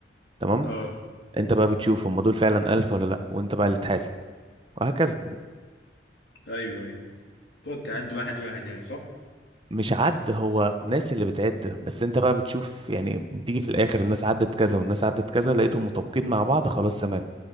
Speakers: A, on the right (about 30°); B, on the left (about 75°).
A: تمام
B: اه
A: انت بقى بتشوف هم دول فعلا ألف ولا لا وانت بقى اللي تحاسب وهكذا
B: ايوه ايوه تقعد تعد واحد واحد يعني صح
A: مش عد هو ناس اللي بتعد بس انت بقى بتشوف يعني بتيجي في الاخر الناس عدت كذا والناس عدت كذا لقيتهم مطابقين مع بعض خلاص تمام